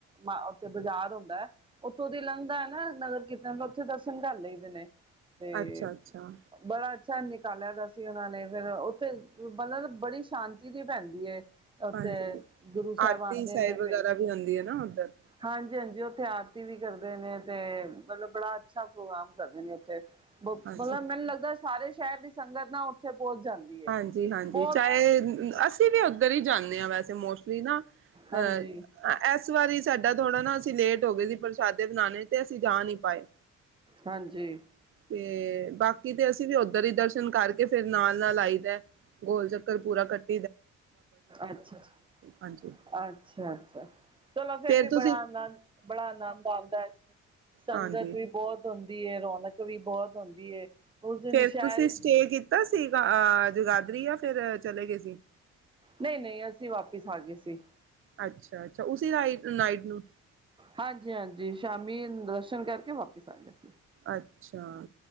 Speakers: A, on the right (about 15°); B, on the right (about 45°).
A: ਮ ਉਥੇ ਬਾਜ਼ਾਰ ਹੁੰਦਾ। ਉੱਥੋਂ ਦੀ ਲੰਘਦਾ ਹੈ ਨਾ, ਨਗਰ ਕੀਰਤਨ ਉੱਥੇ ਦਰਸ਼ਨ ਕਰ ਲਈ ਦੇ ਨੇ। ਤੇ,
B: ਅੱਛਾ ਅੱਛਾ
A: ਬੜਾ ਅੱਛਾ ਨਿਕਾਲਿਆ ਦਾ ਸੀ ਉਹਨਾਂ ਨੇ ਫਿਰ, ਉੱਥੇ ਮਤਲਬ ਬੜੀ ਸ਼ਾਂਤੀ ਦੀ ਪੈਂਦੀ ਏ। ਉੱਥੇ
B: ਹਾਂਜੀ
A: ਗੁਰੂ ਸਾਹਿਬ
B: ਆਰਤੀ
A: ਆਉਂਦੇ
B: ਸਾਹਿਬ
A: ਨੇ ਤੇ
B: ਵਗੈਰਾ ਵੀ ਹੁੰਦੀ ਹੈ ਨਾ ਉੱਧਰ
A: ਹਾਂਜੀ- ਹਾਂਜੀ ਉੱਥੇ ਆਰਤੀ ਵੀ ਕਰਦੇ ਨੇ ਤੇ, ਮਤਲਬ ਬੜਾ ਅੱਛਾ ਪ੍ਰੋਗਰਾਮ ਕਰਦੇ ਨੇ ਉੱਥੇ। ਮਤਲਬ
B: ਹਾਂਜੀ
A: ਮੈਨੂੰ ਲੱਗਦਾ ਸਾਰੇ ਸ਼ਹਿਰ ਦੀ ਸੰਗਤ ਨਾ ਉੱਥੇ ਪਹੁੰਚ ਜਾਂਦੀ। ਹੈ
B: ਹਾਂਜੀ- ਹਾਂਜੀ
A: ਬਹੁਤ
B: ਚਾਹੇ, ਅਸੀਂ ਵੀ ਅੱਗਰ ਹੀ ਜਾਂਦੇ ਹਾਂ ਵੈਸੇ ਤੇ ਮੋਸਟਲੀ ਨਾ ਅਹ
A: ਹਾਂਜੀ
B: ਆ ਇਸ ਵਾਰੀ ਸਾਡਾ ਥੋੜਾ ਨਾ ਅਸੀਂ ਲੇਟ ਹੋ ਗਏ ਸੀ, ਪ੍ਰਸ਼ਾਦੇ ਬਣਾਉਣੇ, ਤੇ ਅਸੀਂ ਜਾ ਨਹੀਂ ਪਾਏ।
A: ਹਾਂਜੀ।
B: ਤੇ, ਬਾਕੀ ਤੇ ਅਸੀਂ ਵੀ ਉੱਧਰ ਹੀ ਦਰਸ਼ਨ ਕਰਕੇ ਫਿਰ ਨਾਲ- ਨਾਲ ਆਈ ਦਾ। ਗੋਲ ਚੱਕਰ ਪੂਰਾ ਕਰਕੇ।
A: ਅੱਛਾ ਜੀ,
B: ਹਾਂਜੀ
A: ਅੱਛਾ- ਅੱਛਾ। ਚਲੋ ਫਿਰ
B: ਫੇਰ
A: ਵੀ
B: ਤੁਸੀਂ
A: ਬੜਾ ਆਨੰਦ, ਬੜਾ ਆਨੰਦ ਆਉਂਦਾ, ਸੰਗਤ
B: ਹਾਂਜੀ
A: ਵੀ ਬਹੁਤ ਹੁੰਦੀ ਏ, ਰੌਣਕ ਵੀ ਬਹੁਤ ਹੁੰਦੀ ਏ। ਉਸ ਦਿਨ
B: ਫਿਰ
A: ਸ਼ਹਿਰ
B: ਤੁਸੀਂ
A: ਵਿੱਚ
B: ਸਟੇ ਕੀਤਾ ਸੀ, ਅਹ ਜਗਾਧਰੀ ਜਾਂ ਫਿਰ ਚਲੇ ਗਏ ਸੀ।
A: ਨਹੀਂ- ਨਹੀਂ, ਅਸੀਂ ਵਾਪਿਸ ਆ ਗਏ ਸੀ।
B: ਅੱਛਾ- ਅੱਛਾ, ਉਸੀ ਨਾਈਟ ਨੂੰ।
A: ਹਾਂਜੀ- ਹਾਂਜੀ, ਸ਼ਾਮੀ ਦਰਸ਼ਨ ਕਰਕੇ ਵਾਪਿਸ ਆ ਗਏ।
B: ਅੱਛਾ